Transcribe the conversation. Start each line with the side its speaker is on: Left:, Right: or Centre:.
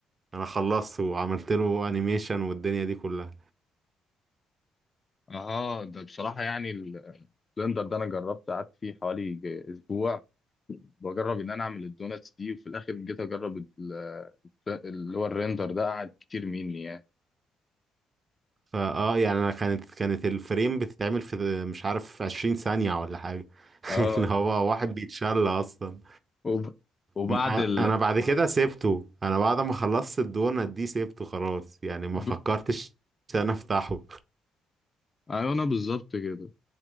Right: انا خلصته وعملت له انيميشن والدنيا دي كلها
Left: اها ده بصراحه يعني ال- البلندر ده انا جربت قعدت فيه حوالي ج- اسبوع بجرب ان انا اعمل الدوناتس دي وفي الاخر جيت اجرب ال- اللي هو الريندر ده قعد كتير مني يعني
Right: فا اه يعني انا كانت كانت الفريم بتتعمل في مش عارف 20 ثانية ولا حاجة <laughs>
Left: اه
Right: اللي هو واحد بيتشل اصلا
Left: وب... وبعد
Right: م-
Left: ال
Right: انا بعد كده سيبته انا بعد ما خلصت الدونت دي سيبته خلاص يعني ما
Left: ب...
Right: فكرتش إن انا افتحه
Left: ايوه انا بالظبط كده